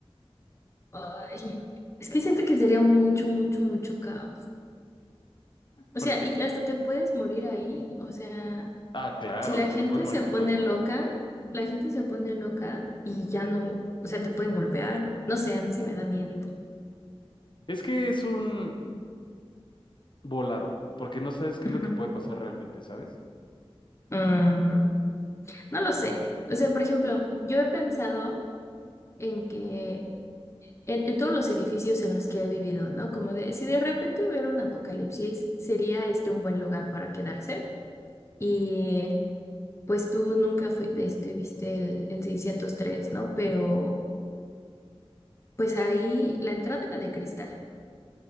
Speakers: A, on the left (about 25°); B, on the left (about 50°).
A: Ay, es que siento que sería mucho, mucho, mucho caos. O
B: Porque,
A: sea, y hasta te puedes morir ahí. O sea...
B: ah, claro,
A: Si la
B: de que
A: gente
B: te puedes morir,
A: se pone
B: te puedes morir.
A: loca, la gente se pone loca y ya no, o sea, te pueden golpear. No sé, a mí sí me da miedito.
B: Es que es un volado, porque no sabes qué
A: <laughs>
B: es lo que
A: Ujú.
B: puede pasar realmente, ¿sabes?
A: Mm, no lo sé. O sea, por ejemplo, yo he pensado en que en, en todos los edificios en los que he vivido, ¿no? Como de, si de repente hubiera un apocalipsis, sería este un buen lugar para quedarse. Y pues tú nunca fui, este, viste el, el 603, ¿no? Pero pues ahí la entrada era de cristal.